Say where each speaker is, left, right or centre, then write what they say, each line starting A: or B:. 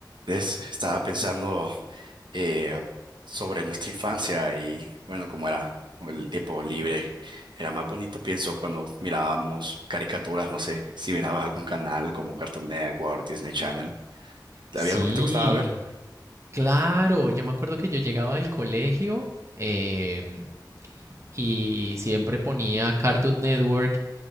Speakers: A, on the right; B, on the right.
A: ¿Ves? Estaba pensando eh, sobre nuestra infancia y bueno, como era el tiempo libre. Era más bonito, pienso, cuando mirábamos caricaturas, no sé, si mirabas algún canal como Cartoon Network, Disney Channel. ¿Había
B: Sí,
A: algo que te gustaba ver?
B: claro. Yo me acuerdo que yo llegaba del colegio em, y siempre ponía Cartoon Network